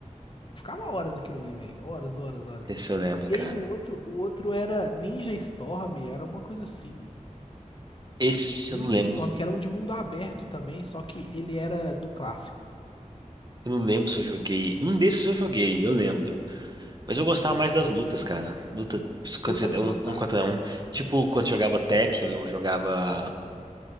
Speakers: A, on the left; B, on the right.
A: Ficava horas naquilo ali, velho. Horas, horas, horas.
B: Esse eu lembro,
A: E
B: cara.
A: aí o outro, o outro era Ninja Storm, era alguma coisa assim.
B: Esse
A: Ninja
B: eu não lembro.
A: Storm, que era um de mundo aberto também, só que ele era do clássico.
B: Eu não lembro se eu joguei. Um desses eu joguei, eu lembro. Mas eu gostava mais das lutas, cara. Luta quando
A: Eu também
B: você, um,
A: gostava,
B: um contra
A: pô.
B: um. Tipo, quando jogava Tekken ou jogava.